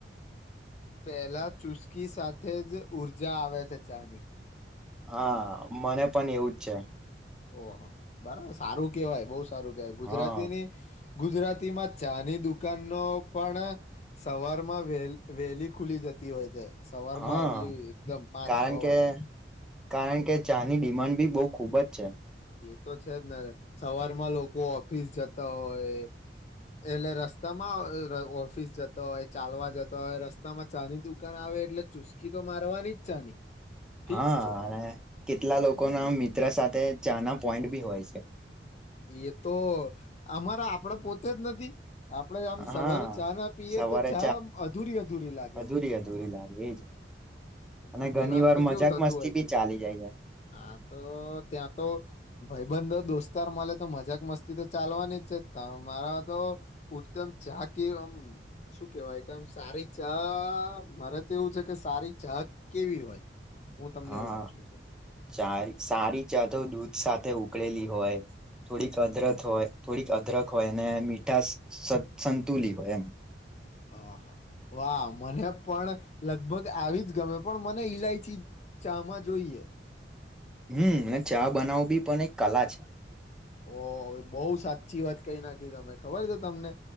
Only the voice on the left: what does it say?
પહેલા ચુસ્કી સાથે જ ઊર્જા આવે છે ચાની
ઓહ બરાબર સારું કેવાય બહુ સારું ક ગુજરાતીની
ગુજરાતી માં ચાની દુકાનો પણ સવારમાં વે વહેલી ખુલી જતી હોય છે સવાર
માં અરલી એકદમ પાંચ
છ
વાગે
એ તો છે જ ને સવારમાં લોકો ઓફિસ જતા હોય એટલે રસ્તામાં ઓફિસ જતા હોય ચાલવા જતા હોય રસ્તા માં ચાની દુકાન આવે એટલે ચુસ્કી તો મારવાની જ ચાની ફિક્સ
છે
એતો અમારા આપડે પોતે જ નથી. આપડે આમ
સવારે ચા ના પીએ
તો ચા અધૂરી અધૂરી લાગે
ઘણી વાર તો
કેવું થતું
હોય
છે
આતો ત્યાં તો ભ‌ઈ બંધો દોસ્ત ઉતાર મલે તો મજાક મસ્તી તો ચાલવાની છે મારા તો ઉત્તમ ચા કે આમ શું કેવાય કે આમ સારી ચા મારે તો એવું છેકે સારી ચા કેવી હોય. હું તમને
એવું પૂછું છું
હાહા, વાહ મને પણ લગભગ આવીજ ગમે પણ મને ઈલાયચી ચામાં જોઈએ.
ઓ બહુ સાચી વાત કઈ નાખી તમે ખબર છે તમને